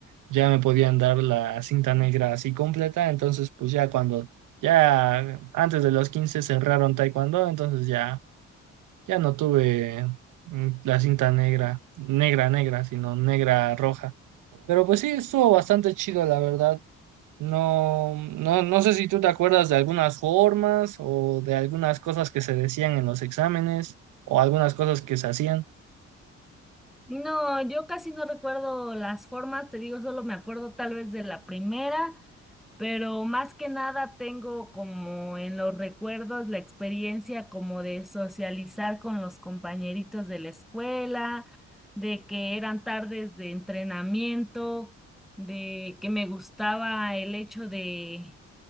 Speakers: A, on the right; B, in the centre.
A: ya me podían dar la cinta negra así completa, entonces pues ya cuando ya antes de los 15 cerraron taekwondo, entonces ya ya no tuve mm, la cinta negra, negra negra, sino negra roja. Pero pues sí, estuvo bastante chido, la verdad. No, no, no sé si tú te acuerdas de algunas formas o de algunas cosas que se decían en los exámenes o algunas cosas que se hacían.
B: No, yo casi no recuerdo las formas, te digo, solo me acuerdo tal vez de la primera pero más que nada tengo como en los recuerdos la experiencia como de socializar con los compañeritos de la escuela, de que eran tardes de entrenamiento, de que me gustaba el hecho de,